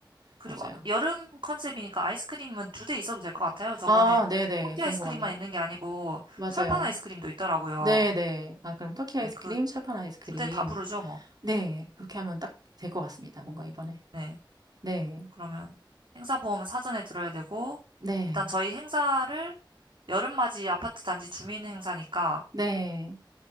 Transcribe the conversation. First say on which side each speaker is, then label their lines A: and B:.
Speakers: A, on the right (about 80°); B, on the right (about 50°).
A: 그리고
B: 맞아요.
A: 여름 컨셉이니까 아이스크림은 두 대 있어도 될 것 같아요. 저번에
B: 아, 네네.
A: 토끼
B: 좋은
A: 아이스크림만
B: 것 같네요.
A: 있는 게 아니고
B: 맞아요.
A: 철판 아이스크림도 있더라고요.
B: 네네. 아, 그럼 터키 아이스크림,
A: 네, 그
B: 철판 아이스크림.
A: 두 대 다 부르죠, 뭐.
B: 네. 그렇게 하면 딱 될 것 같습니다. 뭔가 이번에.
A: 네.
B: 네.
A: 그러면 행사 보험은 사전에 들어야 되고
B: 네.
A: 일단 저희 행사를 여름맞이 아파트 단지 주민 행사니까
B: 네,